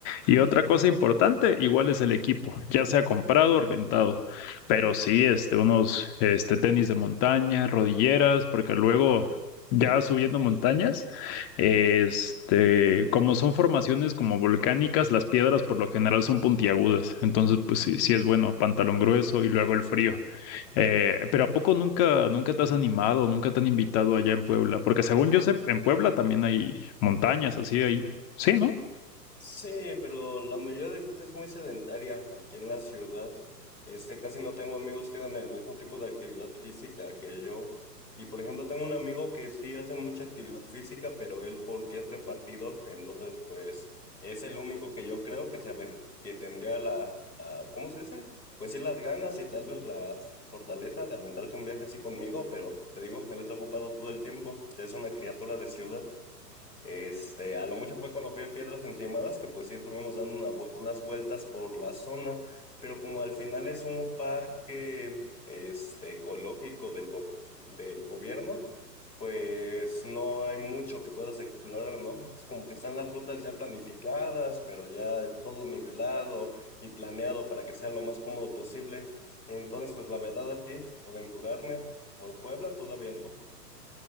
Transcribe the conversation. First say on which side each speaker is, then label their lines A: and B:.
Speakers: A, on the left; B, on the left.
A: Y otra cosa importante, igual es el equipo, ya sea comprado o rentado. Pero sí, este, unos, este, tenis de montaña, rodilleras, porque luego ya subiendo montañas, este, como son formaciones como volcánicas, las piedras por lo general son puntiagudas. Entonces, pues sí, sí es bueno, pantalón grueso y luego el frío. Eh, pero ¿a poco nunca, nunca te has animado, nunca te han invitado allá en Puebla? Porque según yo sé, en Puebla también hay montañas así ahí. Sí, ¿no?
B: Sí, pero la mayoría de gente es muy sedentaria aquí en la ciudad. Este, casi no tengo amigos que hagan el mismo tipo de actividad física que yo. Y por ejemplo, tengo un amigo que sí hace mucha actividad física, pero él porque es repartidor, entonces pues es el único que yo creo que se aven- que tendría la, la- ¿cómo se dice? Pues sí las ganas y tal vez la fortaleza de aventarse un viaje así conmigo, pero te digo, él está ocupado todo el tiempo, es una criatura de ciudad. Este, a lo mucho fue cuando fui a Piedras Encimadas, que pues sí estuvimos dando una vu- unas vueltas por la zona, pero como al final es un parque, este, ecológico del, go- del gobierno, pues no hay mucho que puedas explorar, ¿no? Es como que están las rutas ya planificadas, pero ya todo nivelado y planeado para que sea lo más cómodo posible. Entonces, pues la verdad, así, aventurarme por Puebla todavía no.